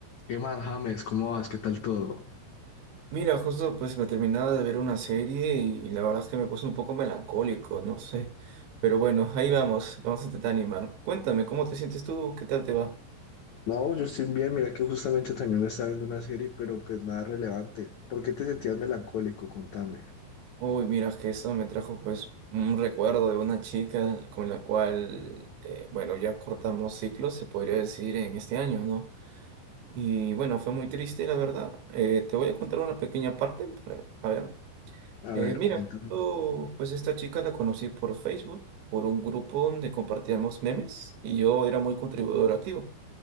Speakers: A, on the left; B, on the right.
A: ¿Qué más, James? ¿Cómo vas? ¿Qué tal todo?
B: Mira, justo pues me terminaba de ver una serie y la verdad es que me puse un poco melancólico, no sé. Pero bueno, ahí vamos, vamos a intentar animar. Cuéntame, ¿cómo te sientes tú? ¿Qué tal te va?
A: No, yo estoy bien, mira que justamente también me estaba viendo una serie, pero pues nada relevante. ¿Por qué te sentías melancólico? Contame.
B: Uy, mira, que esto me trajo pues un recuerdo de una chica con la cual, eh, bueno, ya cortamos ciclos, se podría decir, en este año, ¿no? Y bueno, fue muy triste, la verdad. Eh, te voy a contar una pequeña parte para, a ver,
A: A
B: Eh,
A: ver,
B: mira,
A: cuéntame.
B: justo, pues esta chica la conocí por Facebook, por un grupo donde compartíamos memes y yo era muy contribuidor activo.